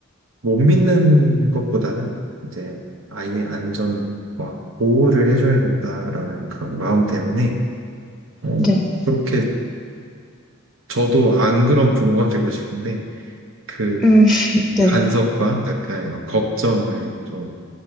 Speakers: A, on the right (about 75°); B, in the centre.
A: 믿는 것보다는 이제 아이의 안전과 보호를 해줘야 된다라는 그런 마음 때문에 어,
B: 네,
A: 그렇게 저도 안 그런 부모가 되고 싶은데 그
B: 음, <laughs> 네,
A: 간섭과 약간 이런 걱정을 좀